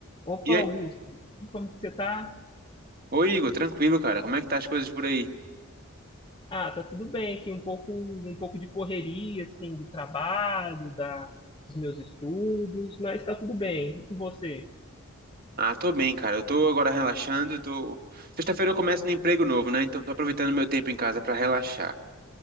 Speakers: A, on the left; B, on the right.
A: Opa,
B: E aí?
A: Augusto, como que você tá?
B: Oi, Igor, tranquilo, cara? Como é que tá as coisas por aí?
A: Ah, tá tudo bem aqui, um pouco, um pouco de correria, assim, do trabalho, da, dos meus estudos, mas tá tudo bem. E com você?
B: Ah, tô bem, cara. Eu tô agora relaxando, tô... Sexta-feira eu começo no emprego novo, né? Então tô aproveitando meu tempo em casa pra relaxar.